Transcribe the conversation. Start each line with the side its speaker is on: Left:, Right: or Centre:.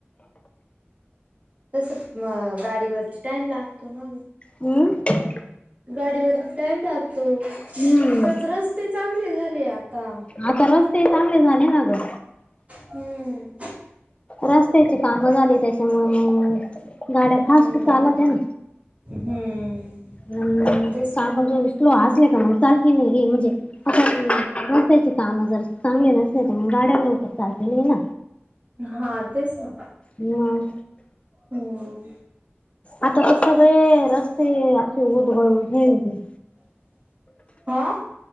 Right: तसं अ गाडीवरती टाइम लागतो ना
Left: हम्म.
Right: गाडीवर ट्टॅाकतो त्यात
Left: हम्म
Right: रस्ते चांगले झाले आता.
Left: आता रस्ते चांगले झाले ना ग.
Right: हम्म.
Left: रस्त्याची कामं झाली त्याच्यामुळे गाड्या फास्ट
Right: हम्म
Left: चालात त्या ना.
Right: हम्म.
Left: हम्
Right: तेच
Left: कामजून
Right: ना
Left: स्लो असले का मग लखी नाही हे म्हणजे आता नसायचे काम जर चांगले नसले तर मग गाड्या लवकर चालत ना
Right: हा तेच ना
Left: मग
Right: हम्म
Left: आता ते सगळे रस्ते असे उदगळून ठेवते.
Right: आ